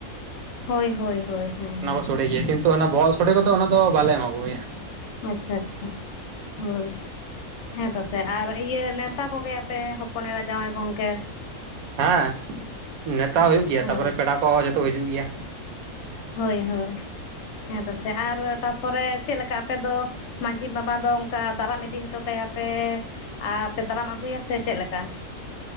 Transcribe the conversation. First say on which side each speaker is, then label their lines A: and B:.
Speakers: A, on the left; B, on the right.
A: ᱦᱳᱭ ᱦᱳᱭ ᱦᱳᱭ ᱦᱮᱸ
B: ᱚᱱᱟ
A: ᱦᱮᱸ
B: ᱠᱚ ᱥᱚᱲᱮ ᱜᱮᱭᱟ ᱠᱤᱱᱛᱩ ᱚᱱᱟ ᱵᱚᱦᱚᱜ ᱥᱚᱲᱮ ᱠᱚᱫᱚ ᱚᱱᱟ ᱫᱚ ᱵᱟᱞᱮ ᱮᱢᱟ ᱠᱚ ᱜᱮᱭᱟ᱾
A: ᱟᱪᱪᱷᱟ ᱟᱪᱪᱷᱟ ᱦᱳᱭ ᱦᱮᱸ ᱛᱚᱥᱮ ᱟᱨ ᱤᱭᱟᱹ ᱱᱮᱣᱛᱟ ᱠᱚᱜᱮ ᱟᱯᱮ? ᱦᱚᱯᱚᱱᱮᱨᱟ ᱡᱟᱶᱟᱭ ᱜᱚᱝᱠᱮ
B: ᱦᱮᱸ ᱱᱮᱣᱛᱟ ᱦᱩᱭᱩᱜ ᱜᱮᱭᱟ,
A: ᱦᱳᱭ
B: ᱛᱟᱯᱚᱨᱮ ᱯᱮᱲᱟ ᱠᱚᱦᱚᱸ ᱡᱚᱛᱚ ᱠᱚ ᱦᱤᱡᱩᱜ ᱜᱮᱭᱟ᱾
A: ᱦᱳᱭ ᱦᱳᱭ ᱦᱮᱸ ᱛᱚᱥᱮ ᱟᱨ ᱛᱟᱯᱚᱨᱮ ᱪᱮᱫ ᱞᱮᱠᱟ ᱟᱯᱮ ᱫᱚ ᱢᱟᱺᱡᱷᱤ ᱵᱟᱵᱟ ᱫᱚ ᱚᱝᱠᱟ ᱫᱟᱨᱟᱢ ᱤᱫᱤ ᱦᱚᱴᱚ ᱠᱟᱭᱟ ᱯᱮ? ᱟᱯᱮ ᱫᱟᱨᱟᱢ ᱟᱹᱜᱩᱭᱟ ᱥᱮ ᱪᱮᱜ ᱞᱮᱠᱟ?